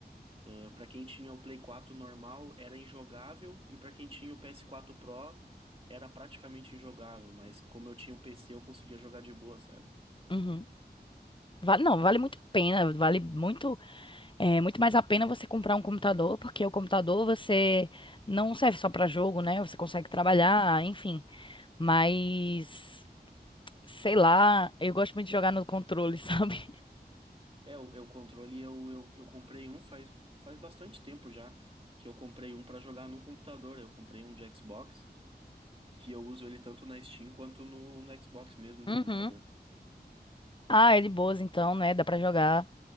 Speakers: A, on the right; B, on the left.
A: ah, pra quem tinha o Play 4 normal, era injogável, e pra quem tinha o PS4 Pro, era praticamente injogável, mas como eu tinha o PC, eu conseguia jogar de boa, sabe?
B: Uhum. Vale, não, vale muito a pena, vale muito, é, muito mais a pena você comprar um computador, porque o computador você não serve só pra jogo, né? Você consegue trabalhar,
A: Sim.
B: enfim. Mas, sei lá, eu gosto muito de jogar no controle, <laughs> sabe?
A: É, o, é, o controle eu, eu, eu comprei um faz, faz bastante tempo já, que eu comprei um pra jogar no computador, eu comprei um de Xbox, que eu uso ele tanto na Steam quanto no, no Xbox mesmo do
B: Uhum.
A: computador.
B: Ah, é de boas então, né? Dá pra jogar